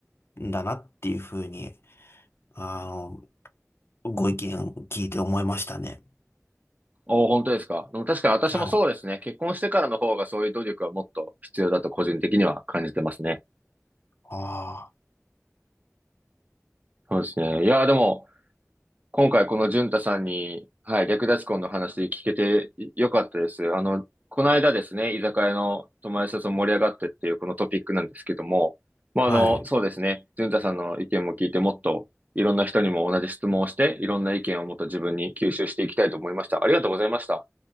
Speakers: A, on the left (about 50°); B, on the right (about 30°).
A: んだなっていうふうに、あの、ご意見聞いて思いましたね。
B: おー、本当ですか。でも確かに私もそうですね。
A: はい。
B: 結婚してからの方がそういう努力はもっと必要だと個人的には感じてますね。
A: あ
B: そうですね。いやー、でも、今回この淳太さんに、はい、略奪婚の話聞けてよかったです。あの、この間ですね、居酒屋の友達と盛り上がってっていうこのトピックなんですけども、まあ、
A: あ、
B: あの、
A: はい。い
B: そうですね、淳太さんの意見も聞いてもっといろんな人にも同じ質問をして、いろんな意見をもっと自分に吸収していきたいと思いました。ありがとうございました。